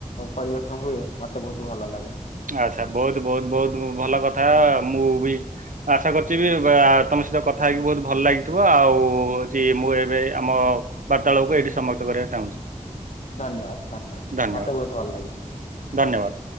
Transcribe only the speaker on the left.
ପରିବେଷଣ ହୁଏ। ମତେ ବୋହୁତ୍ ଭଲ ଲାଗେ।
ଧନ୍ୟବାଦ ଧନ୍ୟବାଦ,
ମତେ ବୋହୁତ୍ ଭଲ ଲାଗିଛି।